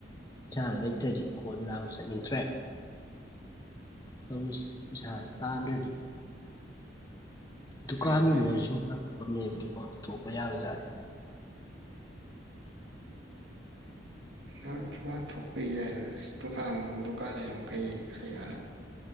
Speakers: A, on the left (about 20°); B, on the right (about 75°).
A: ꯄꯩꯁꯥꯗꯨ ꯂꯩꯇ꯭ꯔꯗꯤ ꯀꯣꯏꯕ ꯂꯥꯡꯕ ꯆꯠꯅꯤꯡꯗ꯭ꯔꯦ ꯇꯧꯔꯤꯁꯦ ꯄꯩꯁꯥ ꯇꯥꯟꯗ꯭ꯔꯗꯤ ꯗꯨꯀꯥꯟꯒꯨꯝꯕ
B: ꯑꯗꯩꯗꯤ
A: ꯑꯣꯏꯔꯁꯨ ꯐꯐꯝ ꯂꯩꯕꯗꯤꯀꯣ ꯊꯣꯛꯄ ꯌꯥꯕ ꯖꯥꯠꯅꯤ
B: ꯅꯣꯏ ꯗꯨꯀꯥꯟ ꯊꯣꯛꯄ ꯌꯥꯏ ꯑꯩ ꯗꯨꯀꯥꯟ ꯗꯨꯀꯥꯟꯁꯤ ꯑꯗꯨ ꯀꯩ ꯀꯔꯤ ꯀꯥꯟꯅ